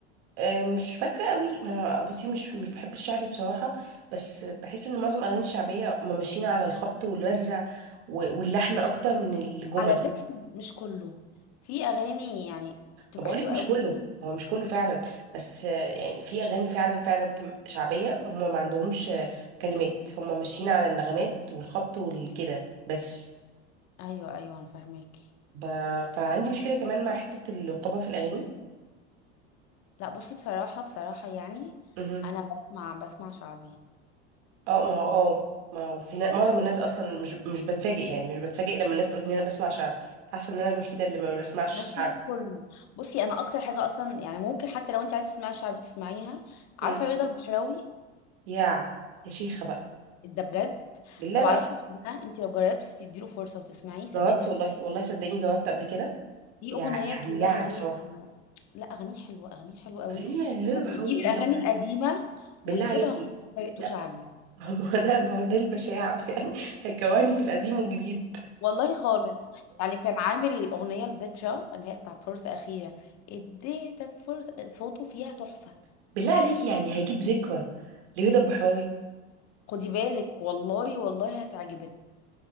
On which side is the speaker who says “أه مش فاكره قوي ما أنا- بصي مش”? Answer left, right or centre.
Right